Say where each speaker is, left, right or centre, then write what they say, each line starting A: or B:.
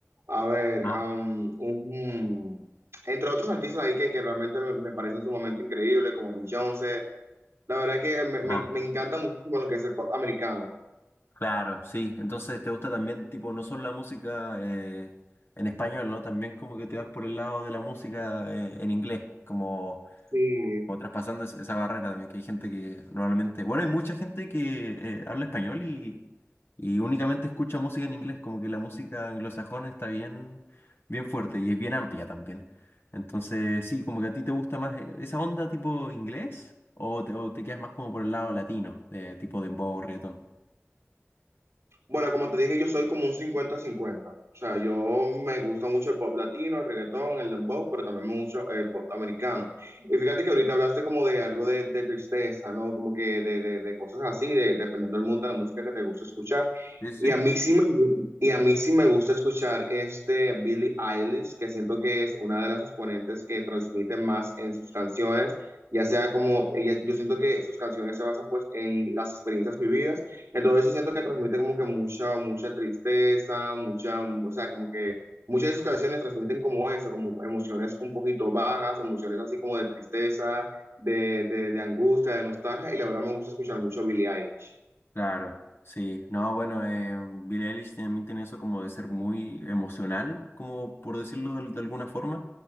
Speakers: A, on the right; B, on the left.
A: a ver,
B: Ah,
A: um, un, entre otros artistas ahí que, que realmente me, me parecen sumamente increíbles, como Bill Jones. La verdad que me, me,
B: ah.
A: me encanta muchísimo lo que es el pop americano.
B: Claro, sí. Entonces, ¿te gusta también, tipo, no solo la música eh, en español, ¿no? También como que te vas por el lado de la música eh, en inglés, como,
A: Sí.
B: como traspasando es- esa barrera también, que hay gente que normalmente, bueno, hay mucha gente que eh, habla español y, y únicamente escucha música en inglés, como que la música anglosajona está bien, bien fuerte y es bien amplia también. Entonces, sí, como que a ti te gusta más eh, esa onda tipo inglés o te, o te quedas más como por el lado latino, de tipo dembow, reggaetón.
A: Bueno, como te dije, yo soy como un 50 cincuenta O sea, yo me gusta mucho el pop latino, el reggaetón, el dembow, pero también mucho el pop americano. Y fíjate que ahorita hablaste como de algo de, de tristeza, ¿no? Como que de, de- de cosas así, de, dependiendo del mundo de la música que te gusta escuchar.
B: Sí, sí.
A: Y a mí sí me, y a mí sí me gusta escuchar este Billie Eilish, que siento que es una de las exponentes que transmite más en sus canciones, ya sea como, ella, yo siento que sus canciones se basan pues en las experiencias vividas entonces sí siento que transmite como que mucha, mucha tristeza, mucha, o sea, como que muchas de sus canciones transmiten como eso, como emociones un poquito bajas, emociones así como de tristeza, de, de, de angustia, de nostalgia, y la verdad me gusta escuchar mucho a Billie Eilish.
B: Claro, sí. No, bueno, eh, Billie Eilish también tiene eso como de ser muy emocional, como por decirlo de, de alguna forma.